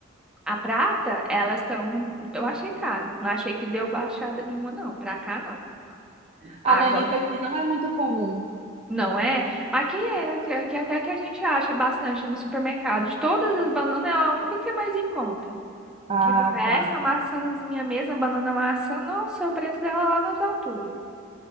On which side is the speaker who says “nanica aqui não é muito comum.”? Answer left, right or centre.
Right